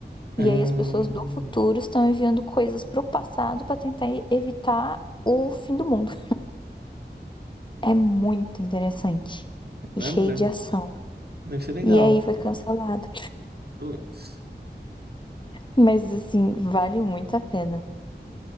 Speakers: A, on the right; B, on the left.
A: Hum,
B: E aí, as pessoas do futuro estão enviando coisas pro passado para tentar e- evitar o fim do mundo. É muito interessante e
A: caramba,
B: cheio
A: né?
B: de ação.
A: deve ser legal.
B: E aí, foi cancelado.
A: Putz,
B: Mas, assim, vale muito a pena.